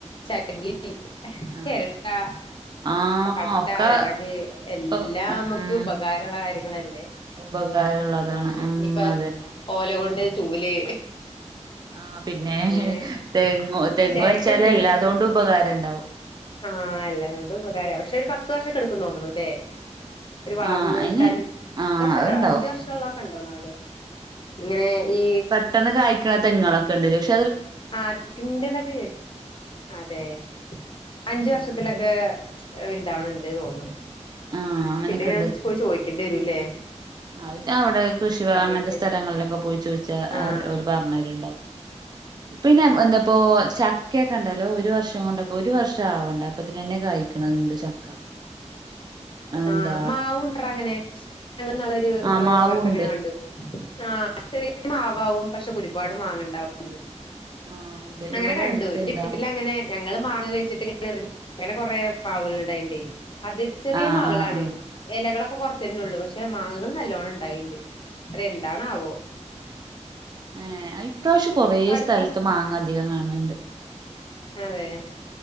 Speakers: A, on the left; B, on the right.
A: ചകിരി
B: ആഹ്
A: ചെരട്ടാ
B: ആഹ്
A: പട്ട,
B: ഒക്കെ
A: വിറക് എല്ലാം
B: ഇപ്പൊ
A: നമുക്ക്
B: ഉം
A: ഉപകാരള്ള കാര്യങ്ങളല്ലേ.
B: ഉപകാരള്ളതാണ്
A: അങ്ങനെ
B: ഉം
A: ഇനിയിപ്പ
B: അതെന്നെ.
A: ഓല കൊണ്ട് ചൂല്
B: ആഹ് പിന്നെ.
A: അങ്ങനെ
B: തെങ്ങ്
A: അങ്ങനൊക്കെ
B: തെങ്ങ്
A: വിചാരിക്കണ്ട്
B: വെച്ചാല് എല്ലാതോണ്ടും ഉപകാരണ്ടാവും.
A: ആഹ് എല്ലാംകൊണ്ട് ഉപകാരാ. പക്ഷേ ഒരു പത്ത് വർഷൊക്കെ എടുക്കും തോന്നുണു ല്ലേ. ഒരു വളർന്ന്
B: ആഹ് അയിന്
A: കിട്ടാന്, പത്ത്
B: ആഹ്
A: വർഷൊക്കെ
B: അത്ണ്ടാവും
A: അഞ്ച് വർഷം ഉള്ള ഒക്കെ ഉണ്ടൊ ന്നാല്. ഇങ്ങനെ ഈ
B: ട്ടെന്ന് കായ്ക്കണ തെങ്ങേളൊക്കണ്ട് ലേ ഇഷ്
A: ആഹ് കിണ്ട് ന്നൊക്കെ കേട്ട്. അതെ അഞ്ചു
B: അങ്ങനത്തെതൊക്കെ
A: വർഷത്തിലൊക്കെ വൽതാവ്ണത് ഇണ്ട് തോന്നുണു.
B: ആഹ് അങ്ങനെയൊക്കെ
A: പിന്നെ ഞാൻ പോയി ചോയിക്കണ്ട്യേ രൂല്ലേ.
B: ആഹ് അവിടെ കൃഷി ഭവൻ അങ്ങൻത്തെ
A: പോയിട്ട്
B: സ്ഥലങ്ങളിലൊക്കെ പോയി ചോയിച്ചാ
A: ആഹ്
B: അവ ഓല് പർഞ്ഞര്ണ്ടാവും. പിന്നെ എന്താപ്പോ ചാ ചക്കക്ക്യണ്ടല്ലോ ഒരു വർഷം കൊണ്ടൊക്ക ഒരു വർഷം ആവണ്ട അപ്പോത്തിനെന്നെ കായ്ക്ക്ണത്ണ്ട് ചക്ക. എന്താ
A: ആഹ് മാവുണ്ട്റാ അങ്ങനെ. ഞങ്ങള് ന്നാള് ഒരു
B: ആ
A: ഇവടെ
B: മാവുണ്ട്
A: പോയപ്പോ ഇങ്ങനെ കണ്ടു. ആഹ് ചെറിയ മാവാവും പക്ഷേ ഒരുപാട് മാങ്ങണ്ടാവും ന്ന്.
B: ആ ഉണ്ട്
A: അങ്ങനെ
B: ഇവിടെ
A: കണ്ടു
B: അടുത്തുണ്ട്
A: ഇൻ്റെ വീട്ടിലങ്ങനെ ഞങ്ങള് മാങ്ങ കഴിച്ചിട്ട് ഇങ്ങനെറിഞ്ഞ് അങ്ങനെ കൊറെ മാവുകള്ണ്ടായിണ്ടേ. അത് ചെറിയ
B: ആ
A: മാവ്കളാണ്
B: ആ ആ
A: ഇലകളൊക്കെ കൊറച്ചെന്നെ ഒള്ളൂ. പക്ഷേ മാങ്ങകൾ നല്ലോണ്ണണ്ടായിണ്ട്. അത് എന്താണാവോ.
B: ഏഹ്. അഇപ്രാവശ്യം കൊറെ
A: അടുത്തുന്നൊക്കെ
B: സ്ഥലത്ത് മാങ്ങ അധികം കാണ് ണ്ട്.
A: അതെ.